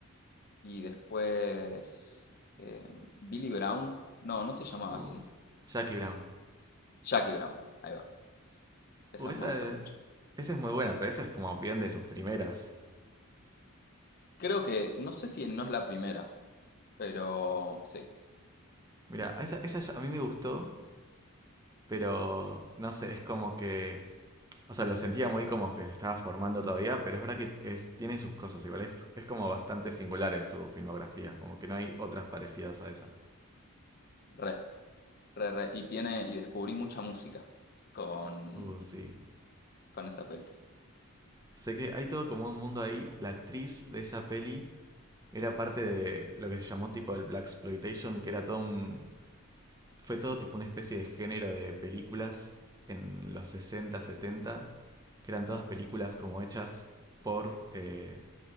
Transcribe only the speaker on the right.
uh,
Jackie Brown.
Uh, esa
es,
esa es muy buena, pero esa es como bien de sus primeras.
Mira, a esa, esa ya- a mí me gustó, pero no sé, es como que O sea, lo sentía muy como que se estaba formando todavía, pero es verdad que es, tiene sus cosas igual. Es, es como bastante singular en su filmografía, como que no hay otras parecidas a esa.
Uh, sí.
Sé que hay todo como un mundo ahí. La actriz de esa peli era parte de lo que se llamó tipo el Black Exploitation, que era todo un. Fue todo tipo una especie de género de películas en los 60, 70, que eran todas películas como hechas por eh,